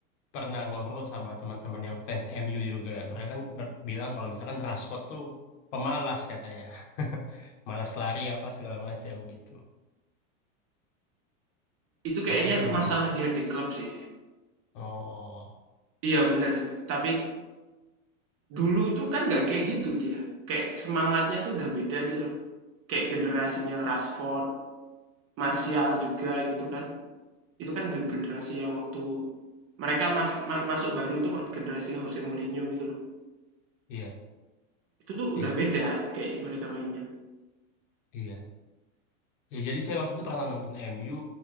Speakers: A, on the left; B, on the right.
A: pernah ngobrol sama teman-teman yang fans MU juga. Mereka kan mer- bilang kalau misalkan Rashford tuh pemalas katanya. <laughs> Malas lari apa segala macam gitu.
B: itu kayaknya
A: Apa itu benar,
B: masalah
A: Mas?
B: dia di klub sih.
A: Oh,
B: Iya bener, tapi dulu itu kan nggak kayak gitu dia. Kayak semangatnya tuh udah beda gitu loh. Kayak generasinya Rashford, Martial juga gitu kan. Itu kan ge-
A: i-
B: generasi yang waktu mereka mas- ma- masuk baru itu generasinya Jose Mourinho gitu loh.
A: iya,
B: Itu tuh
A: iya,
B: udah beda kayak mereka mainnya.
A: iya. Ya, jadi saya waktu itu pernah nonton MU